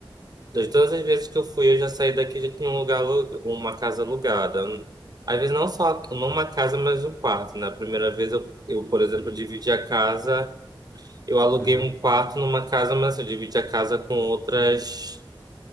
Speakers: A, on the right; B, on the left.
A: De todas as vezes que eu fui, eu já saí daqui, já tinha um lugar, alu- uma casa alugada. Às vezes não só numa
B: tá,
A: casa, mas um quarto. Na primeira vez eu, eu, por
B: sim.
A: exemplo, dividi a casa, eu aluguei
B: Aham.
A: um quarto numa casa, mas eu dividi a casa com outras,